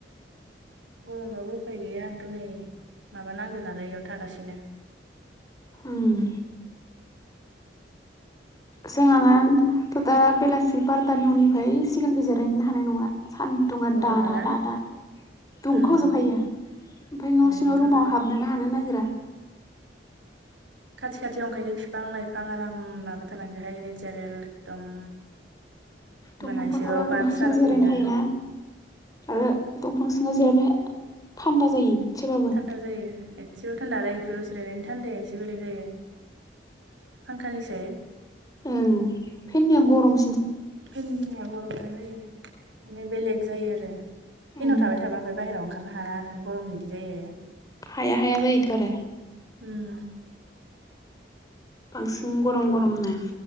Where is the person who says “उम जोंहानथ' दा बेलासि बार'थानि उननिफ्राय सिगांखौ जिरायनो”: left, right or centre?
Left